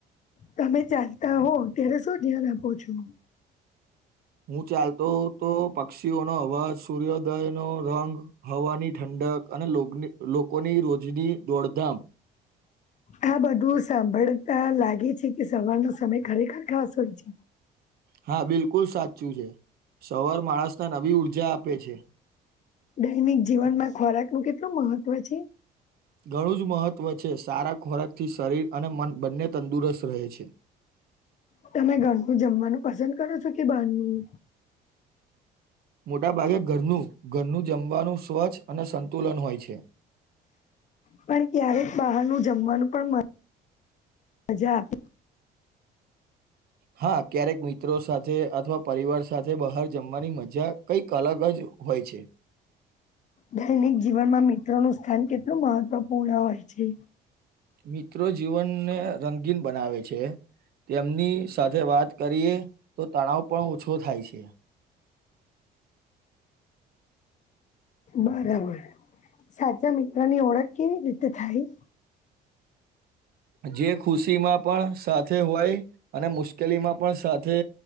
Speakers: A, on the left; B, on the right.
A: તમે ચાલતા હો ત્યારે શું ધ્યાન આપો છો?
B: હું ચાલતો તો પક્ષીઓનો અવાજ સૂર્યોદય નો રંગ હવાની ઠંડી ંડક અને લોકોની રોજની દોડધામ
A: આ બધું સાંભળતા લાગે છે કે સવારનો સમય ખરેખર ખાસ હોય છે.
B: હા બિલકુલ સાચું છે સવાર માણસને નવી ઉઊર્જા આપે છે.
A: દૈનિક જીવનમાં ખોરાક નું કેટલું મહત્વ છે.
B: ઘણું જ મહત્વ છે સારા ખોરાક થી શરીર અને મન બંને તંદુરસ્ત રહે છે. <unintelligible>
A: તમે ઘરનું જમવાનું પસંદ કરો છો કે બારનું?
B: મોટા ભાગે ઘરનું ઘરનું જમવાનું સ્વચ્છ અને સંતુલન હોય છે.
A: પણ ક્યારેક બહારનું જમવાનું પણ હજા <inaudible>
B: હા ક્યારેક મિત્રો સાથે અથવા પરિવાર સાથે બહાર જમવાની મજા કઈક અલગ જ જ હોય છે
A: દૈનિક જીવનમાં મિત્રોનું સ્થાન કેટલું મહત્વપૂર્ણ હોય છે
B: મિત્રો જીવનને રંગીન બનાવે છે તેમની સાથે વાત કરીએ તો તણાવ પણ ઓછો થાય છે
A: બરાબર સાચા મિત્રની ઓળખ કેવી રીતે થાય
B: જે ખુશી માં પણ સાથે હોય અને મુશ્કેલીમાં પણ સાથે